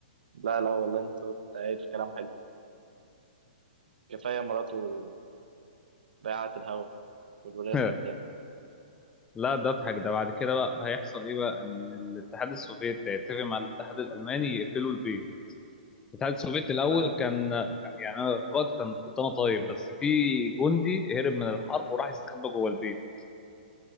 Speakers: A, on the right (about 75°); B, on the left (about 15°).
A: لا لا والله انت قايل كلام حلو كفاية مراته بيعت الهوا والولاية
B: <laughs>
A: الخدامة
B: لا ده اضحك ده بعد كده بقى هيحصل ايه بقى ان الاتحاد السوفيتي هيتفق مع الاتحاد الالماني يقفلوا البيت الاتحاد السوفيتي الاول
A: اه
B: كان كان- يعني انا القائد كان كنت انا طيب بس في جندي هرب من الحرب وراح يستخبى جوه البيت